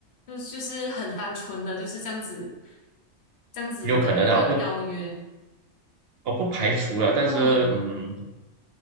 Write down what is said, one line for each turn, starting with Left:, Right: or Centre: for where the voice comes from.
Left: 就就是很单纯的就是这样子，这样子的一个邀约。
Right: 有可能啊，我不我不排除了，但是嗯，
Left: 嗯，